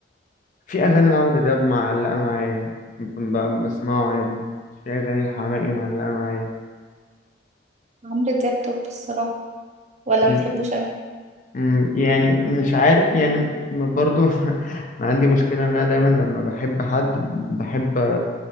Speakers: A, on the left (about 45°); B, on the right (about 40°).
A: في اغاني لعمرو دياب معلقه معايا ب- ب- بسمعه عادي في اغاني الحماقي معلقه معايا
B: عمرو دياب توب الصراحة ولا
A: م-
B: ما بتحبوش أوي
A: م- يعني مش عارف يعني م- برضو <laughs> انا عندي مشكله ان انا دايما لما بحب حد بحب